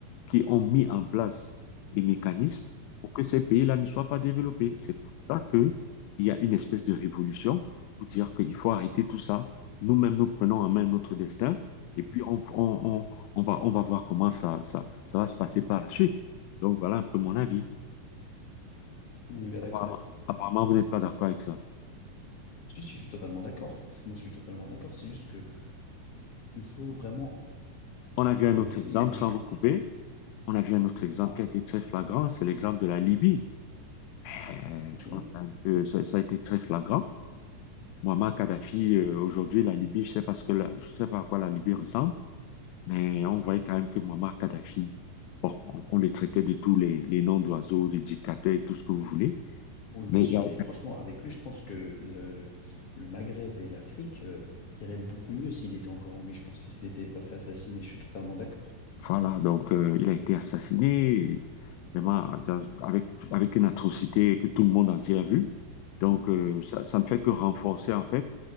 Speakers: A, on the left (about 90°); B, on the left (about 60°).
A: qui ont mis en place des mécanismes pour que ces pays-là ne soient pas développés. C'est pour ça qu'il y a une espèce de révolution pour dire qu'il faut arrêter tout ça. Nous-mêmes, nous prenons en main notre destin et puis on, on- on- on va, on va voir comment ça, ça, ça va se passer par la suite. Donc voilà un peu mon avis.
B: On est bien
A: Apparemment,
B: d'accord.
A: apparemment vous n'êtes pas d'accord avec ça.
B: Si, si, je suis totalement d'accord. Moi, je suis totalement d'accord. C'est juste que il faut vraiment
A: On a vu un
B: que les
A: autre exemple
B: pays que vous avez
A: sans
B: cités.
A: vous couper. On a vu un autre exemple
B: Ah,
A: qui a été très flagrant, c'est l'exemple de la Libye. Eh,
B: ok.
A: Je pense que ça, ça a été très flagrant. Muammar Kadhafi, euh, aujourd'hui, la Libye, je sais pas ce que la- je sais pas à quoi la Libye ressemble, mais on voyait quand même que Muammar Kadhafi, bon, on, on le traitait de tous les, les noms d'oiseaux, de dictateurs et tout ce que vous voulez,
B: Oui, bien
A: mais
B: sûr,
A: il y a,
B: mais franchement, avec lui, je pense que le, le Maghreb et l'Afrique euh, iraient beaucoup mieux s'il était encore en vie. Je pense s'il s'était pas fait assassiner. Je suis totalement d'accord.
A: Voilà, donc euh, il a été assassiné vraiment dans- avec, avec une atrocité que tout le monde entier a vue. Donc euh, ça, ça ne fait que renforcer en fait